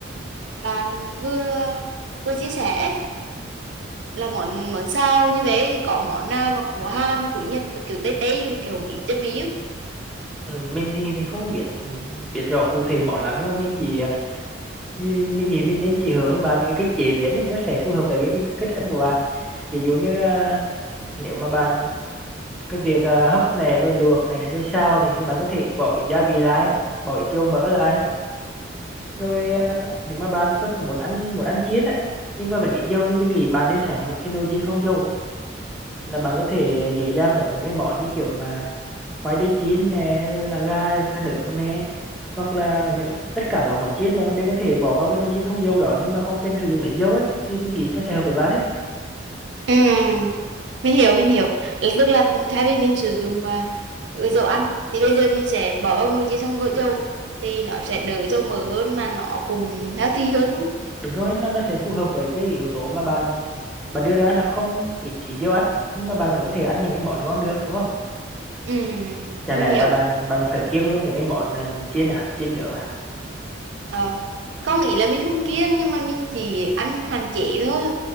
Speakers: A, on the right; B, in the centre.
A: bạn vừa vừa chia sẻ ấy, là món món sao như vậy thì có món nào mà của Hàn hay của Nhật mà kiểu Tây Tây kiểu một ít chất ví
B: ừ, mình thì thì không biết ừ, biết rõ cụ thể món lắm nhưng mà mình chỉ à, mình mình, mình nghĩ mình nên chỉ hướng cho bạn những cái cách chế biến ấy, nó sẽ phù hợp với cái, cái cách ăn của bạn ví dụ như à, nếu mà bạn cái việc à, hấp này rồi luộc này rồi xào này thì bạn có thể bỏ ít gia vị lại bỏ ít dầu mỡ lại rồi à, nếu mà bạn có muốn ăn muốn ăn chiên á nhưng mà vẫn ít dầu thì mình nghĩ bạn nên sắm một cái nồi chiên không dầu là bạn có thể à, dễ dàng nấu những cái món như kiểu mà khoai tây chiên nè rồi là gà gà nướng nè hoặc là những tất cả các
A: không
B: món chiên bạn đều có thể bỏ vào cái nồi chiên không dầu đó nhưng mà không cần sử dụng đến dầu ấy thì mình nghĩ nó sẽ hợp với bạn ấy
A: Ừ, mình hiểu mình hiểu Là tức là thay vì mình sử dụng à, ừ, dầu ăn thì bây giờ mình sẽ bỏ vào nồi chiên xong gội dầu thì nó sẽ đỡ dầu mỡ hơn mà nó cũng healthy hơn đúng không?
B: đúng rồi nó nó sẽ phù hợp với cái yếu tố mà bạn bạn đưa ra là không ít ít dầu ăn nhưng mà bạn vẫn có thể ăn những cái món ngon được đúng không
A: ừ,
B: chả
A: mình
B: lẽ
A: hiểu
B: là bạn bạn phải kiêng luôn những cái món ờ, chiên à chiên nướng à
A: Ờ, có nghĩa là mình không kiêng nhưng mà mình chỉ ăn hạn chế thôi